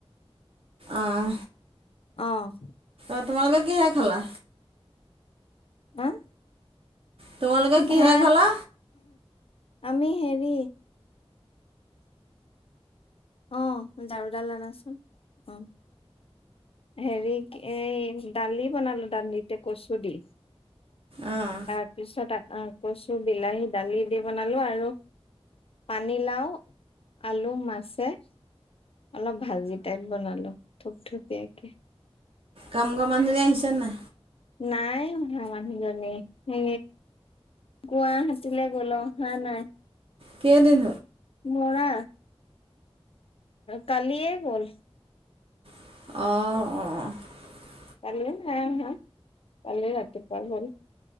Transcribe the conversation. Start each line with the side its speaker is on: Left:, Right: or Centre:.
Right: অহ
Left: অ',
Right: পাতমাৰগ কিহ খালা
Left: আহ
Right: তোমালোকে কিহে
Left: ভাত
Right: খালা?
Left: আমি হেৰি আহ ঝাৰুডাল আনাচোন অ', হেৰি এই দালি বনালো দালিতে কচু দি
Right: অঁ
Left: তাৰপিছত কৈছো বিলাহী দালি দি বনালো আৰু পানীলাও আলু মাছে অলপ ভাজি টাইপ বনালো থুপথুপীয়াকে
Right: কাম কম আজৰি আহিছ ন
Left: নাই মা মানুহজনী উ গুৱাহাটীলৈ গলো হা নাই
Right: কেই দিন
Left: মৰা কাল ইে ব'ল
Right: অ', অ
Left: কাললৈ হ হা কাললৈ ৰাতিুৱ হ